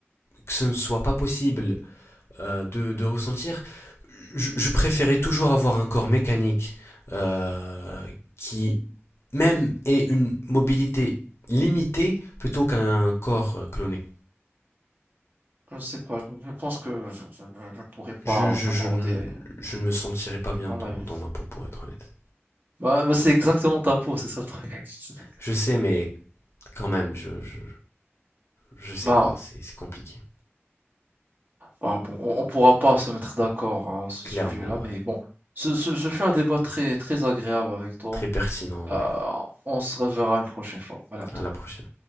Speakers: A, on the left (about 70°); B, on the right (about 45°).
A: que ce ne soit pas possible euh, de, de ressentir, je, je préférais toujours avoir un corps mécanique euh, qui même ait une mobilité limitée plutôt qu'un corps euh, cloné.
B: Je sais pas, je je pense que je je je je pourrais pas
A: je, je,
B: m'accorder
A: je, ne- je ne me sentirais pas bien
B: à ton
A: dans,
B: avis.
A: dans ma peau, pour être honnête.
B: Bah bah, c'est exactement ta peau, c'est ça le truc. <laughs>
A: Je sais, mais quand même, je, je, je sais
B: Bah
A: pas, c'est c'est compliqué.
B: Ah bon, on, ne pourra pas se mettre d'accord à ce
A: Clairement,
B: sujet-là, mais
A: ouais.
B: bon, ce, ce, ce fut un débat très, très agréable avec toi.
A: Très pertinent,
B: Euh,
A: ouais.
B: on se reverra une prochaine fois. Voilà.
A: À la prochaine.